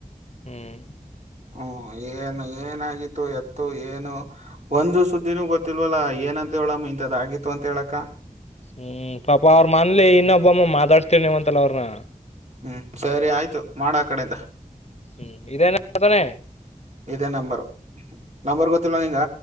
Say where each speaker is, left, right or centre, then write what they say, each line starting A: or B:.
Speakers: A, on the left; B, on the right.
A: ಹ್ಮ್
B: ಹ್ಮ ಏನು ಏನಾಗಿತ್ತು ಎತ್ತು ಏನು ಒಂದು ಸುದ್ದಿನೂ ಗೊತ್ತಿಲ್ವಲ್ಲ ಏನಂತ ಹೇಳಮ್ಮ ಇಂಥದ ಆಗಿತ್ತು ಅಂತ ಹೇಳಕ್ಕ
A: ಹ್ಮ್ ಪಾಪಾ ಅವ್ರ ಮನ್ಲಿ ಇನ್ನೊಬ್ಬಮ್ಮ ಮಾತಾಡ್ಸ್ತೀರ್ ನಿವ ಅಂತಲ್ಲ ಅವ್ರನ
B: ಹ್ಮ್ ಸರಿ ಆಯ್ತು ಮಾಡ ಆ ಕಡೆಯಿಂದ
A: ಹ್ಮ್ ಇದೇನ ಅತಾನೆ
B: ಇದೇ ನಂಬರ್ ನಂಬರ್ ಗೊತ್ತಿಲ್ಲ ನೀಂಗ